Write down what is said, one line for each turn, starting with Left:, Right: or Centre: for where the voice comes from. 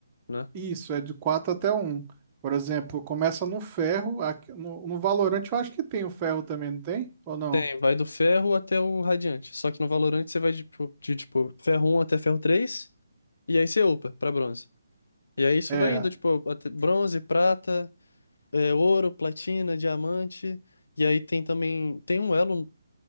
Left: né?
Right: Isso, é de quatro até um. Por exemplo, começa no ferro, aqui- no, no Valorant eu acho que tem o ferro também, não tem? Ou não?
Left: Tem, vai do ferro até o radiante. Só que no Valorant você vai de, tipo, de, tipo, ferro um até ferro 3 e aí você upa pra bronze. E aí isso
Right: É,
Left: vai indo, tipo, até bronze, prata, é, ouro, platina, diamante. E aí tem também, tem um elo